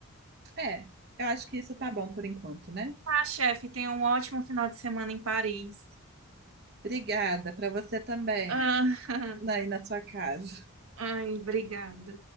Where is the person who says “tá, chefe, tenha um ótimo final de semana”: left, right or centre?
Right